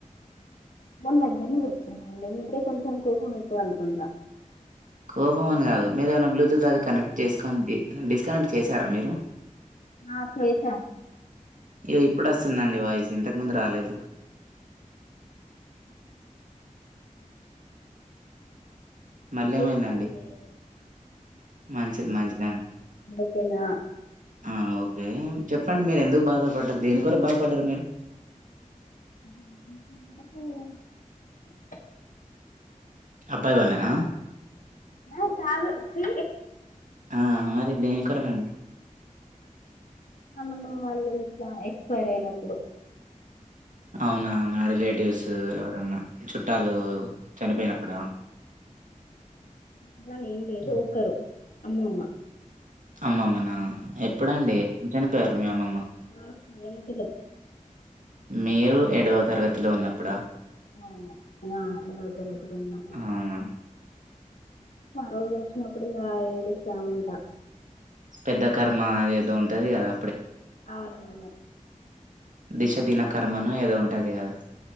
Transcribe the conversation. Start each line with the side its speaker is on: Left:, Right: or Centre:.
Left: ఫోనుదగ్గరనే పెట్టుకున్నా మీకే కొంచెం కోపం ఎక్కువ అనుకుంట
Right: కోపం అని కాదు మీర ఏమైనా బ్లూటూత్ అది కనెక్ట్ చేసుకొని డిస్కనెక్ట్ చేశారా మీరు
Left: ఆ చేసా
Right: ఇ ఇప్పుడు వస్తుందండి వాయిస్ ఇంత ఇంతకు ముందు రాలేదు మళ్ళీ
Left: లేస్తే
Right: ఏమైందండి
Left: అండీ
Right: మంచిది మంచిగా
Left: ఓకేనా
Right: ఆ ఓకే చెప్పండి మీరు ఎందుకు బాధపడ్డారు దేని కొరకు బాధపడ్డారు మీరు
Left: <unintelligible>
Right: అబ్బాయి వలన
Left: ఆహా కాదు చీ
Right: ఆ! మరి దేని కొరకండి?
Left: అమ్మమ్మ వాళ్ళు ఇట్లా ఎక్స్పైైర్ అయినప్పుడు
Right: అవునా మరిలేటివ్స్ ఎవరన్నా చుట్టాలు చనిపోయినప్పుడా
Left: అట్లని ఏం లేదు
Right: హ్మ్.
Left: ఒకరు అమ్మమ్మ
Right: అమ్మమ్మనా ఎప్పుడండి ఎప్పుడు చనిపోయారు మీ అమ్మమ్మ
Left: ఆ ఎయిత్ లో
Right: మీరు ఏడవ తరగతిలో ఉన్నప్పుడా
Left: అవును ఆ ఏడో తరగతిలో ఉన్నప్పుడు
Right: అవునా!
Left: రోజు వచ్చినప్పుడు ఇగ ఏడుస్తా ఉంటా
Right: పెద్ద కర్మ ఏదో ఉంటది కదా
Left: అవునవును
Right: దిశ దిన కర్మను ఏదో ఉంటది కదా